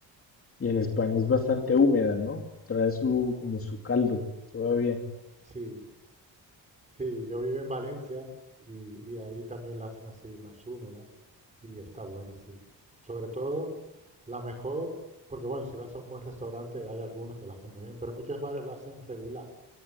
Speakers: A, on the left (about 35°); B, on the right (about 20°).
A: Y en España es bastante húmeda, ¿no? Trae su, como su caldo todavía.
B: Sí, sí, yo vivo en Valencia y, y ahí también la hacen así más húmeda y está buena, sí. Sobre todo la mejor, porque bueno, si vas a un buen restaurante hay algunos que la hacen muy bien, pero muchos bares la hacen regular.